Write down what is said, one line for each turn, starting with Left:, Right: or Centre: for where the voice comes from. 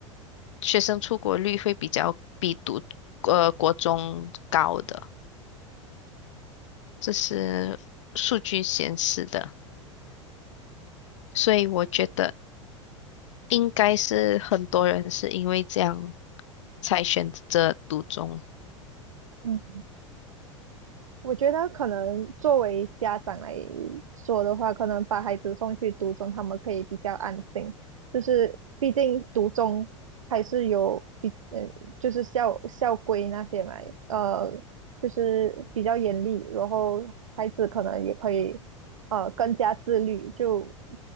Left: 学生出国率会比较比读呃国中高的，这是数据显示的，所以我觉得应该是很多人是因为这样才选择读中。
Right: 嗯。我觉得可能作为家长来说的话，可能把孩子送去读中，他们可以比较安心。就是毕竟读中还是有比嗯，就是校校规那些嘛，呃，就是比较严厉，然后孩子可能也可以呃更加自律。就